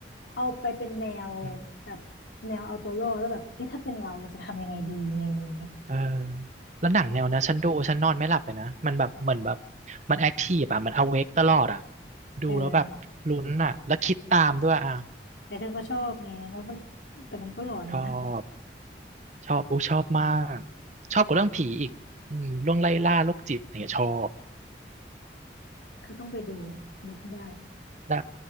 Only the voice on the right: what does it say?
อืม
เออแล้วหนังแนวนะฉันดูฉันนอนไม่หลับเลยนะมันแบบเหมือนแบบมันแอคทีฟอะมันอเวกตลอดอะดูแล้วแบบลุ้นอะแล้วคิดตามด้วยอะ
ชอบชอบอู้ชอบมากชอบกว่าเรื่องผีอีกอืมเรื่องไล่ล่าโรคจิตอะไรเงี้ยชอบ
ได้